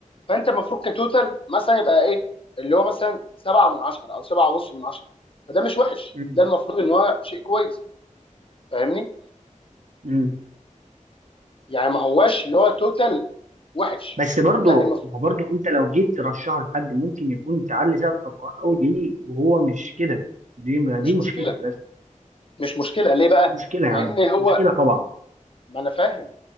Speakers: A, on the left; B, on the right.
A: فانت المفروض كتوتال مثلا يبقى ايه اللي هو مثلا سبعه من عشره او سبعه ونص من عشره فده مش وحش
B: مم.
A: ده المفروض ان هو شيء كويس فاهمني
B: مم.
A: يعني ما هواش اللي هو توتال وحش
B: بس برضه
A: لا المفروض
B: ما هو برضه انت لو جيت ترشحه لحد ممكن يكون تعلي سقف توقعات قوي ليه وهو مش كده دي
A: مش
B: دي مشكلتي
A: مشكله
B: بس
A: مش مشكله ليه بقى
B: دي مشكلة
A: لان
B: يعني
A: هو
B: مشكلة طبعا
A: ما انا فاهم